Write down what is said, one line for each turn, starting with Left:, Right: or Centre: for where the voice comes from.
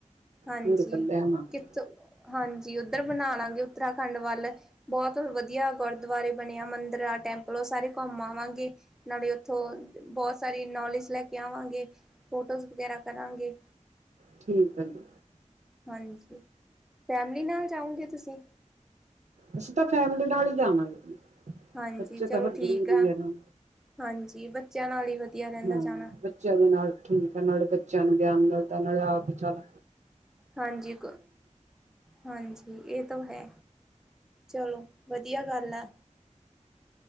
Centre: ਹਾਂਜੀ,
Right: ਟੂਰ ਕੱਢਿਆਵਾਂਗੇ
Centre: ਕਿੱਥੋਂ ਹਾਂਜੀ, ਉੱਧਰ ਬਣਾ ਲਾਂਗੇ ਉੱਤਰਾਖੰਡ ਵੱਲ ਬਹੁਤ ਵਧੀਆ ਗੁਰਦੁਆਰੇ ਬਣੇ ਆ ਮੰਦਰ ਟੈਂਪਲ ਉਹ ਸਾਰੇ ਘੁੰਮ ਆਵਾਂਗੇ, ਨਾਲੇ ਉਥੋਂ ਬਹੁਤ ਸਾਰੀ ਨੌਲੇਜ ਲੈ ਕੇ ਆਵਾਂਗੇ। ਫੋਟੋਸ ਵਗੈਰਾ ਕਰਾਂਗੇ।
Right: ਠੀਕ ਆ ਜੀ।
Centre: ਹਾਂਜੀ, ਫੈਮਲੀ ਨਾਲ ਜਾਓਗੇ ਤੁਸੀਂ?
Right: ਅਸੀਂ ਤਾਂ ਫੈਮਲੀ ਨਾਲ ਹੀ ਜਾਣਾ ਏ ਜੀ,
Centre: ਹਾਂਜੀ
Right: ਬੱਚੇ
Centre: ਚਲੋ
Right: ਤਾਂ ਫੇਰ ਜਰੂਰੀ
Centre: ਠੀਕ ਆ
Right: ਹੈ ਨਾ।
Centre: ਹਾਂਜੀ ਬੱਚਿਆਂ ਨਾਲ ਹੀ ਵਧੀਆ ਰਹਿੰਦਾ
Right: ਹਾਂ,
Centre: ਜਾਣਾ
Right: ਬੱਚਿਆਂ ਦੇ ਨਾਲ ਠੀਕ ਹੈ ਨਾਲੇ ਬੱਚਿਆਂ ਨੂੰ ਗਿਆਨ ਨਾਲ ਤਾਂ ਨਾਲੇ ਆਪ ਚਲ
Centre: ਹਾਂਜੀ, ਕ ਹਾਂਜੀ ਇਹ ਤੋਂ ਹੈ। ਚਲੋ, ਵਧੀਆ ਗੱਲ ਆ।